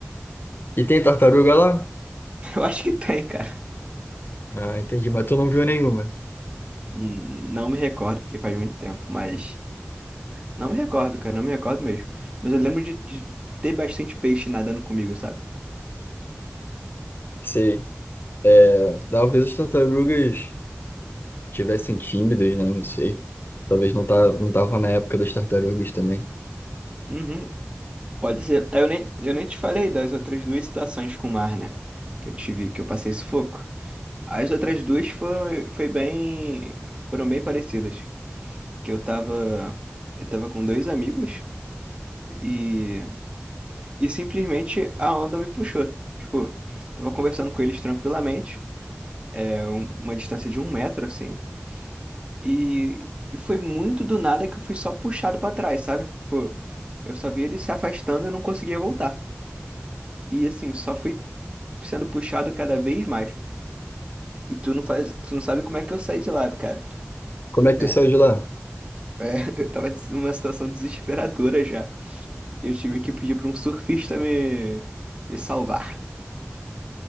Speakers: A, on the left; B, on the right.
A: E tem
B: Hum,
A: tartaruga lá?
B: <laughs> Eu acho que tem, cara.
A: Ah, entendi, mas tu não viu nenhuma.
B: Hum, Não me recordo, porque faz muito tempo, mas. Não me recordo, cara, não me recordo mesmo. Mas eu lembro de, de ter bastante peixe nadando comigo, sabe?
A: Sei. É, talvez as tartarugas tivessem tímidas, né? Não sei. Talvez não, tá, não tava na época das tartarugas também.
B: Uhum, pode ser. Eu nem, eu nem te falei das outras duas situações com o mar, né? Que eu tive, que eu passei sufoco. As outras duas foram, foi bem, foram bem parecidas. Que eu tava, eu tava com dois amigos e, e simplesmente a onda me puxou. Tipo, tava conversando com eles tranquilamente, é um- uma distância de um metro, assim. E, e foi muito do nada que eu fui só puxado pra trás, sabe? Tipo, eu só vi eles se afastando e não conseguia voltar. E assim, só fui sendo puxado cada vez mais. E tu não faz, tu não sabe como é que eu saí de lá, cara.
A: Como é que
B: É,
A: tu saiu de lá?
B: é, <laughs> eu tava des- numa situação desesperadora já. E eu tive que pedir pra um surfista me, me salvar.